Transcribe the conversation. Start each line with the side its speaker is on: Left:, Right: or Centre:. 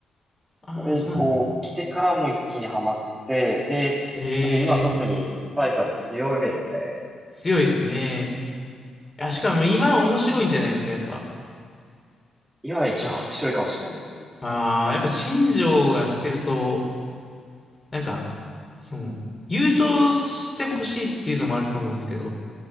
Left: ああ、
Right: それ以降、
Left: そうなん
Right: 来てからも一気にハマって、で、
Left: え
Right: そうですね、今特にファイターズ強いので、
Left: えー、強いですね。あ、しかも今面白いんじゃないですか、
Right: ええ
Left: やっぱ。
Right: 今が一番面白いかもしれないですね、見てきた中で。
Left: ああ、やっぱ新庄がしてると、なんか、その、優勝してほしいっていうのもあると思うんですけど、